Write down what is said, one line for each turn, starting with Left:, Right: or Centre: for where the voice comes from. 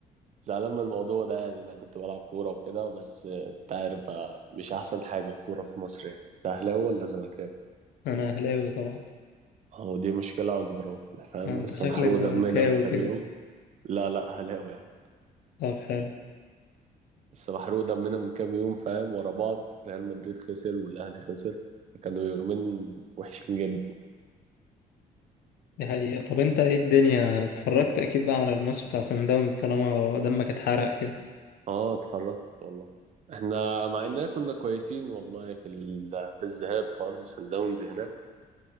Right: زعلان من الموضوع ده يعني أنا كنت بلعب كورة وكده بس أنت عارف بقى مش أحسن حاجة الكورة في مصر يعني أنت أهلاوي ولا زملكاوي؟
Left: انا اهلاوي طبعا
Right: أهو دي مشكلة أكبر أهو فاهم
Left: آه، انت
Right: لسه
Left: شكلك
Right: محروق
Left: زملكاوي
Right: دمنا من كام
Left: كده
Right: يوم لا لا أهلاوي يا عم
Left: طب حلو
Right: لسه محروق دمنا من كام يوم فاهم ورا بعض ريال مدريد خسر والاهلي خسر فكانوا يومين وحشين جدا
Left: دي حقيقة طب انت ايه الدنيا اتفرجت اكيد بقى على الماتش بتاع سان داونز طالما دمك اتحرق كده
Right: اه اتفرجت والله احنا مع اننا كنا كويسين والله في ال... في الذهاب في ارض سان داونز هناك